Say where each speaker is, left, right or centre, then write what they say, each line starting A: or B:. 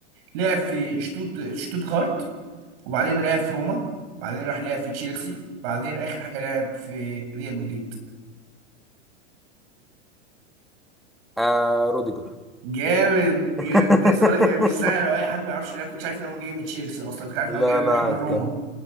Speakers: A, on the right (about 55°); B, in the centre.
A: لعب في شتوت شتوتغارت وبعدين لعب في روما بعدين راح لعب في تشيلسي بعدين اخر حاجه لعب في ريال مدريد
B: آه روديجر
A: جامد يا
B: <laughs>
A: كنت لسه اقول لك هي مش سهله لو اي حد ما يعرفش إن انا كنت عارف ان هو جاي من تشيلسي اصلا كنت عارف
B: لا
A: ان هو جاي راح
B: لا
A: من روما
B: كان